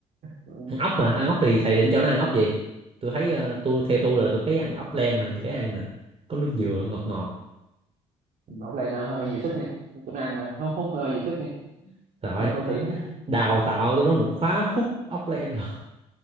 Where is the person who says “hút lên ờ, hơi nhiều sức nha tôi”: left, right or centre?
Right